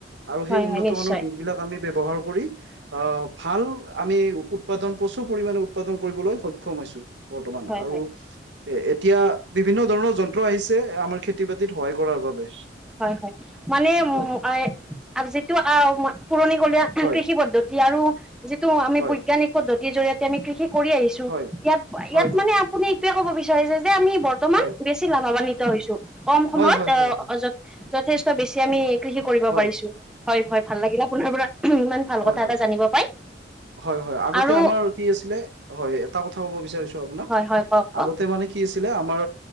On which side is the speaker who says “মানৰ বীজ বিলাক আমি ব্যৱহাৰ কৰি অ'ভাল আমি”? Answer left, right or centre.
Right